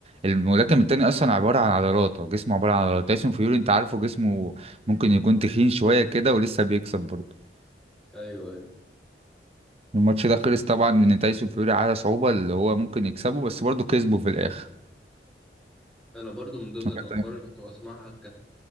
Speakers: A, on the right; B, in the centre.
A: الملاكم التاني اصلا عباره عن عضلات هو جسمه عباره عن عضلات تايسون فيوري انت عارفه جسمه ممكن يكون تخين شويه كده ولسه بيكسب برضه
B: أيوه أيوه
A: الماتش ده خلص طبعا ان تايسون فيوري على صعوبه اللي هو ممكن يكسبه بس برضه كسبه في الاخر
B: أنا برضو من ضمن
A: <laughs>
B: الأخبار اللي كنت بسمعها كانت